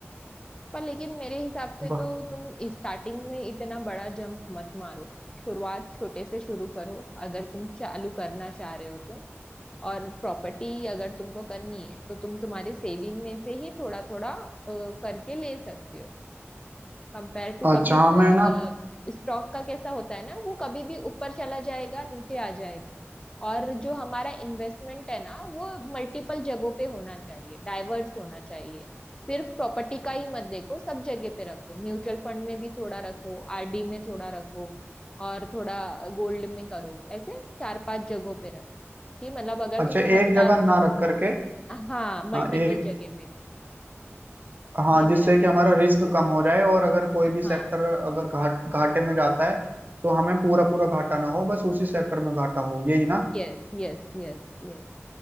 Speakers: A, on the left (about 15°); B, on the right (about 40°).
A: पर लेकिन मेरे हिसाब से
B: ब-
A: तो तुम स्टार्टिंग में इतना बड़ा जंप मत मारो शुरुआत छोटे से शुरू करो अगर तुम चालू करना चाह रहे हो तो और प्रॉपर्टी अगर तुमको करनी है तो तुम तुम्हारे सेविंग में से ही थोड़ा थोड़ा करके ले सकते हो कंपेयर टू
B: अच्छा
A: कभी
B: हाँ,
A: वो
B: मैं ना
A: स्टॉक का कैसा होता है ना वो कभी भी ऊपर चला जाएगा नीचे आ जाएगा और जो हमारा इन्वेस्टमेंट है ना वो मल्टीपल जगहों पे होना चाहिए डाइवर्स होना चाहिए सिर्फ प्रॉपर्टी का ही मत देखो सब जगह पे रखो म्यूचुअल फंड में भी थोड़ा रखो आरडी में थोड़ा रखो और थोड़ा गोल्ड में करो ऐसे चार पांच जगहों पे रखो कि मतलब अगर
B: अच्छा
A: तुम हजार
B: एक जगह
A: रुपये,
B: ना रख करके
A: हाँ मल्टीपल
B: हाँ एक
A: जगह पे करो
B: हाँ
A: ये
B: जिससे
A: मेरा
B: कि
A: सजेशन
B: हमारा रिस्क कम हो जाए और अगर कोई भी
A: हाँ
B: सेक्टर अगर घाट घाटे में जाता है तो हमें पूरा पूरा घाटा ना हो बस उसी सेक्टर में घाटा हो यही ना
A: Yes yes yes यस